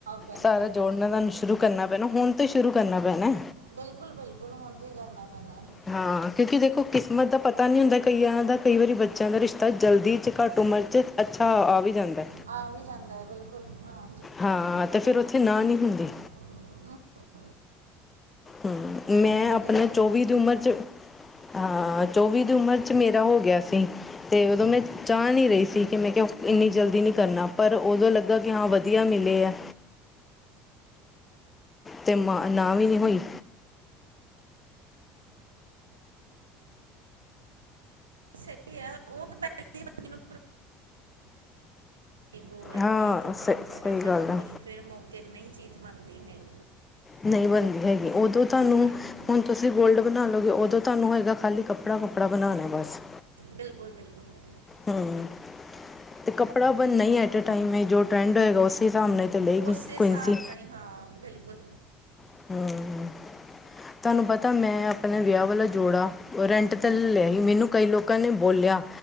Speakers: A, on the right; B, on the left.
A: ਪਹਿਲਾਂ
B: ਸਾਰਾ
A: ਤੇ ਹਾਂ
B: ਜੋੜਨਾ ਤੁ ਸ਼ੁਰੂ ਕਰਨਾ ਪੈਣਾ ਹੁਣ ਤੋਂ ਸ਼ੁਰੂ ਕਰਨਾ ਪੈਣਾ
A: ਬਿਲਕੁਲ ਬਿਲਕੁਲ ਹੁਣ ਤੋਂ ਹੀ ਕਰਨਾ ਪੈਣੈ।
B: ਹਾਂ ਕਿਉਂਕਿ ਦੇਖੋ ਕਿਸਮਤ ਦਾ ਪਤਾ ਨਹੀਂ ਹੁੰਦਾ ਕਈਆਂ ਦਾ ਕਈ ਵਾਰੀ ਬੱਚਿਆਂ ਦਾ ਰਿਸ਼ਤਾ ਜਲਦੀ ਚ ਘੱਟ ਉਮਰ ਚ ਅੱਛਾ ਆ ਵੀ ਜਾਂਦਾ
A: ਆ ਵੀ ਜਾਂਦੈ ਬਿਲਕੁਲ ਹਾਂ
B: ਹਾਂ ਤੇ ਫੇਰ ਉੱਥੇ ਨਾ ਨਹੀਂ ਹੁੰਦੀ
A: ਅਮ <unintelligible>
B: ਹ ਮੈਂ
A: ਬਾਕੀ
B: ਆਪਣੇ
A: ਸੰਜੋਗ
B: ਚੌਵੀ ਦੀ ਉਮਰ
A: ਜਦੋਂ
B: 'ਚ ਹਾਂ ਚੌਵੀ ਦੀ ਉਮਰ ਚ ਮੇਰਾ ਹੋ ਗਿਆ ਸੀ ਤੇ ਉਦੋਂ ਮੈਂ ਚਾਅ ਨੀ ਰਹੀ ਸੀ ਕਿ ਮੈਂ ਕਿਹਾ ਇੰਨੀ ਜਲਦੀ ਨੀ ਕਰਨਾ ਪਰ ਉਦੋਂ ਲੱਗਾ ਕਿ ਹਾਂ ਵਧ ਵਧੀਆ ਮਿਲੇ ਆ ਤੇ ਮਾਂ ਨਾ ਵੀ ਨਹੀਂ ਹੋਈ
A: ਸਹੀ ਹੈ ਉਹ ਤਾਂ ਪੈ ਬੰਦੇ ਨੂੰ ਗੋਲਡ
B: ਹਾਂ
A: ਕਿ ਕੱਪੜਾ
B: ਸ ਸਹੀ
A: ਵਗੈਰਾ ਸਭ
B: ਗੱਲ ਆ
A: ਕੁਛ ਫੇਰ ਮੌਕੇ ਤੇ ਨਹੀਂ ਚੀਜ਼ ਬਣਦੀ ਹੈਗੀ
B: ਨਹੀਂ ਬਣਦੀ ਹੈਗੀ ਉਦੋਂ ਤੁਹਾਨੂੰ
A: ਹੂੰ
B: ਹੁਣ ਤੁਸੀਂ ਗੋਲਡ ਬਣਾ ਲਓਗੇ ਉਦੋਂ ਤੁਹਾਨੂੰ ਹੋਏਗਾ ਖਾਲੀ ਕੱਪੜਾ ਕੁੱਪੜਾ ਬਣਾਣੈ ਬਸ
A: ਬਿਲਕੁਲ ਬਿਲਕੁਲ ਹੂੰ।
B: ਹਮ ਤੇ ਕੱਪੜਾ ਬਨਣਾ ਹੀ ਐਟੇ ਟਾਈਮ ਏ ਜੋ ਟਰੈਂਡ ਹੋਏਗਾ ਉਸ ਹਿਸਾਬ ਨਾਲ ਤਾਂ ਲਏਗੀ
A: ਉਸੇ ਹਿਸਾਬ
B: ਕੁਇਨਸੀ
A: ਨਾਲ ਹੀ ਹਾਂ ਬਿਲਕੁਲ
B: ਹਮ ਤੁਹਾਨੂੰ ਪਤਾ ਮੈਂ ਆਪਣੇ ਵਿਆਹ ਵਾਲਾ ਜੋੜਾ ਰੈਂਟ ਤੇ
A: ਹੂੰ
B: ਲਿਆ
A: ਹੂੰ
B: ਸੀ ਮੈਨੂੰ ਕਈ ਲੋਕਾਂ ਨੇ ਬੋਲਿਆ।